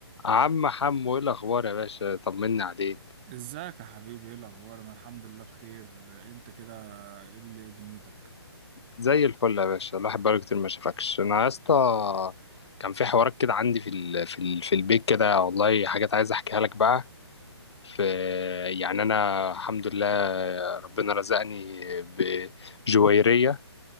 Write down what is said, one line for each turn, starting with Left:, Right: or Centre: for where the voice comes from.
Left: عم حمو ايه الاخبار يا باشا طمنا عليك
Right: ازيك يا حبيبي ايه الاخبار انا الحمد لله بخير انت كده ايه اللي ايه دنيتك
Left: زي الفل يا باشا الواحد بقاله كتير ما شافكش انا يا اسطى كان في حوارات كده عندي في ال... في ال... في البيت كده والله حاجات عايز احكيها لك بقى في يعني انا الحمد لله ربنا رزقني بجويرية